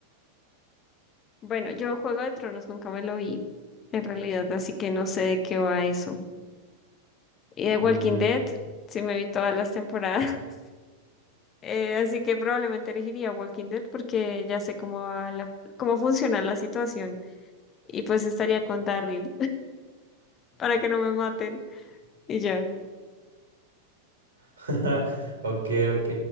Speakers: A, on the left (about 30°); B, on the right (about 65°).
A: Bueno, yo Juego de Tronos nunca me lo vi, en realidad, así que no sé de qué va eso. Y de Walking
B: Mm,
A: Dead, sí me vi todas las temporadas, <laughs> eh, así que probablemente elegiría Walking Dead porque ya sé cómo va la, cómo funciona la situación y pues estaría con Daryl para que no me maten y ya.
B: <laughs> Ok, ok.